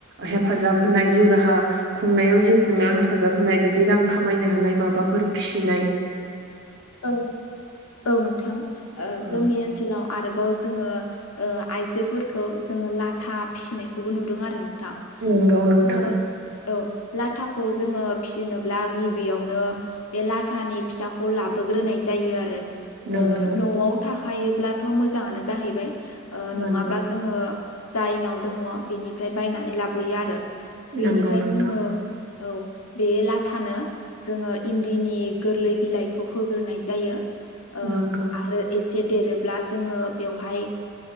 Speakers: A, on the right (about 55°); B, on the left (about 80°).
A: हेफाजाब हेफाब होनाय जिउ राहा खुंनायाव जिउ खुंनायाव हेफाजाब होनाय बिदि रां खामायनो होनाय माबाफोर फि नाय।
B: औ औ नोंथां
A: औ
B: जोंनि ओनसोलाव आरोबाव जोङो ओ आइजोफोरखौ जोङो लाथा फिसिनायखौबो नुदों आरो नों थां
A: नंगौ नोंथां
B: जोङो औ लाथाखौ जोङो फिसिनोब्ला गिबियावनो बे लाथानि फिसाखौ लाब बोग्रोनाय जायो आरो
A: नंगौ
B: ओ न'आव थाखायोब्लाथ' मोजाङानो जाहैबाय। ओ
A: नंगौ
B: नङाब्ला जोङो जायनाव दङो बेनिफ्राय बायनानै लाबोयो आरो। बेनिफ्राय
A: नंगौ नोंथां
B: जोङो औ बे लाथानो जोङो इन्दिनि गोरलै बिलाइखौ होग्रोनाय जायो। ओ
A: नंगौ
B: आरो एसे एसे देरोब्ला जोङो बेवहाय